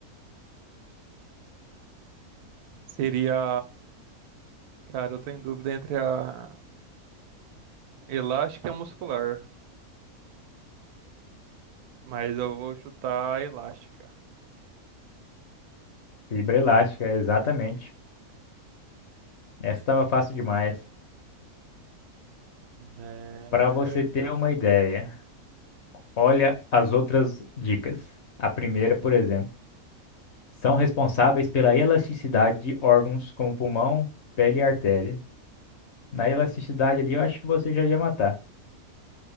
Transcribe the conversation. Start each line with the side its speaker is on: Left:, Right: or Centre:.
Right: Seria. Cara, eu tô em dúvida entre a elástica e a muscular. Mas eu vou chutar a elástica.
Left: Fibra elástica, exatamente. Essa estava fácil demais.
Right: É,
Left: Para você ter
Right: eu-
Left: uma ideia. Olha as outras dicas. A primeira, por exemplo, são responsáveis pela elasticidade de órgãos como pulmão, pele e artéria. Na elasticidade ali, eu acho que você já ia matar.